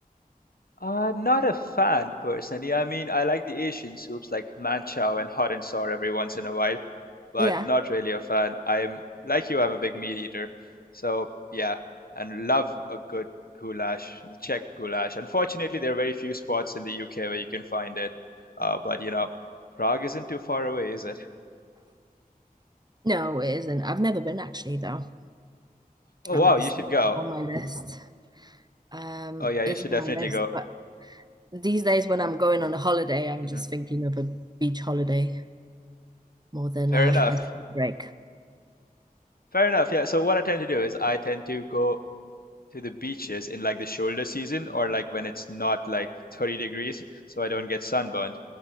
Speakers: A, on the left; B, on the right.
A: Uh, not a fan personally. I mean, I like the Asian soups like manchow and hot and sour every once in a while, but
B: Yeah.
A: not really a fan. I'm like you, I'm a big meat eater. So, yeah, and love a good goulash, the Czech goulash. Unfortunately, there are very few spots in the UK where you can find it. Uh, but you know, Prague isn't too far away, is it?
B: No, it isn't. I've never been actually though.
A: Oh,
B: Um,
A: wow, you
B: it's still
A: should go.
B: on my list. Um,
A: Oh, yeah, you
B: it's
A: should
B: on
A: definitely
B: my list,
A: go.
B: but these days when I'm going on a holiday, I'm
A: hmm
B: just thinking of a beach holiday more than
A: Fair
B: a,
A: enough.
B: a break.
A: Fair enough. Yeah. So what I tend to do is I tend to go to the beaches in like the shoulder season or like when it's not like 30 degrees so I don't get sunburned.